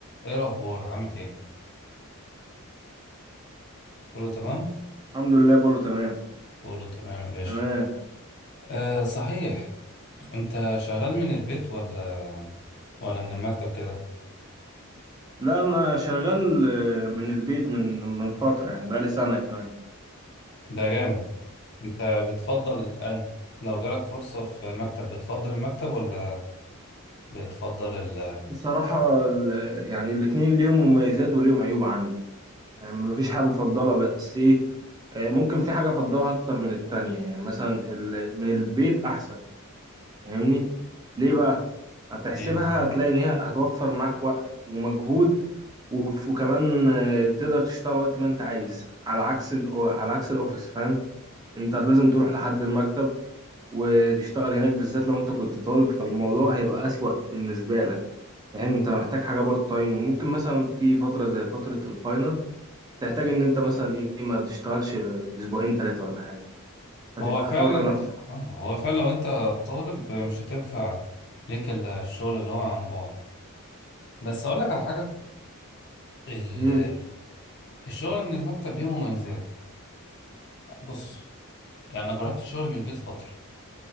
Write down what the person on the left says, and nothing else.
ايه الاخبار عامل ايه كله تمام
كله تمام يا باشا
آه صحيح انت شغال من البيت ولا ولا من المكتب كده
ده جامد انت بتفضل ان لو جالك فرصة في مكتب بتفضل المكتب ولا بتفضل ال
ليه
هو فعلا
اه هو فعلا لو انت طالب مش هتنفع ليك الا الشغل اللي هو عن بعد بس اقول لك على حاجة ال-
الشغل من المكتب ليه مميزات بص يعني انا جربت الشغل من البيت فترة